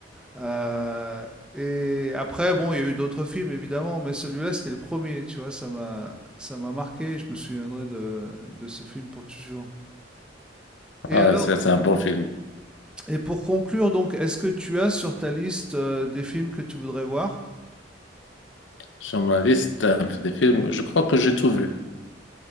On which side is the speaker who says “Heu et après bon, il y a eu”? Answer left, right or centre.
Centre